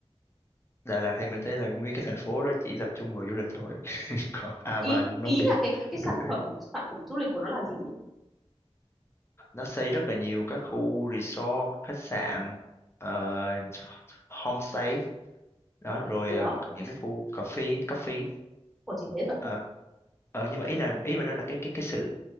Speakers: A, on the left (about 25°); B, in the centre.
A: Đà Lạt thì mình thấy là nguyên cái thành phố đó chỉ tập trung vào du lịch thôi. <laughs> Còn, à
B: Ý
A: và nông
B: ý
A: nghiệp.
B: là cái cái cái
A: Ok.
B: sản phẩm sản phẩm du lịch của nó là gì ấy?
A: Nó xây rất là nhiều các khu resort, khách sạn, ờ, homestay, đó, rồi
B: Ủa,
A: ờ, những cái khu cà phê, cà phê
B: của chỉ thế rồi.
A: ờ, ờ, nhưng mà ý là ý mà nói là cái cái cái sự